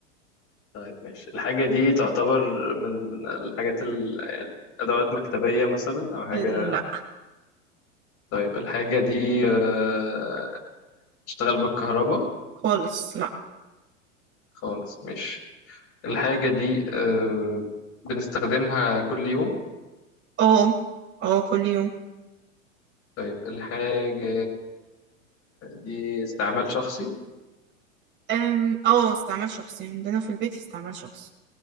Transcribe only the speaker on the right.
لا
خالص لا
اه اه كل يوم
أم، اه استعمال شخصي عندنا في البيت استعمال شخصي